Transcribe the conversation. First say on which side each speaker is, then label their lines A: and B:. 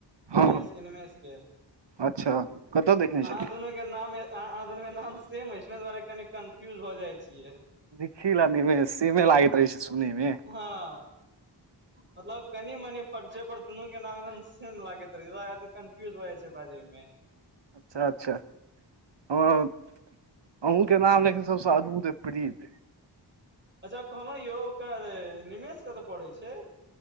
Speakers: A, on the right; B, on the right.
A: हँ
B: निमेष के निमेष के अहाँ
A: अच्छा कतऽ देखने छलियै
B: दुनू के एना मे आहा दुनु के नाम सेम अछि छ न ओही दुआरे कनी कन्फ्यूज हो जाय छियै
A: निखिल निमेस सेमे लागैत रहै छै सुनैमे
B: हँ मतलब कनि मनी फर्क छै पर दुनू के नाम सेम लागैत रह आदमी कन्फ्यूज हो जाय छै बाजे मे
A: अच्छा अच्छा हँ अहूँ के नाम लेखिन सबस अद्भुत प्रीत
B: अच्छा कहलौ यौ ओकर निमेष कतऽ पड़ै छै